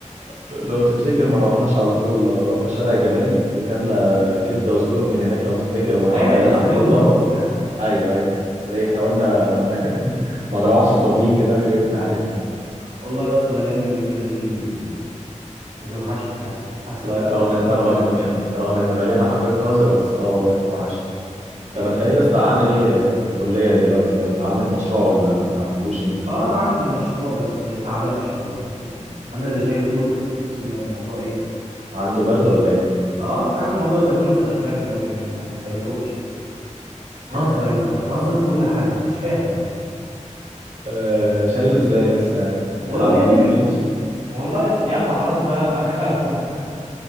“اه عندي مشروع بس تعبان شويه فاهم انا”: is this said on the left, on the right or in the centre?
Right